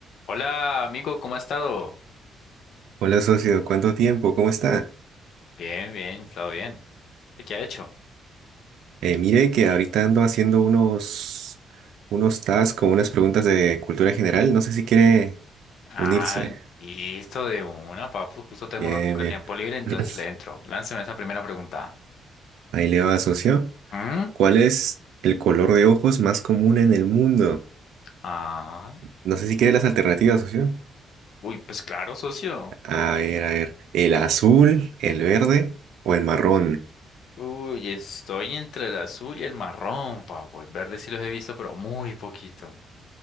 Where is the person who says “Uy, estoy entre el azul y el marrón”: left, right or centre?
Left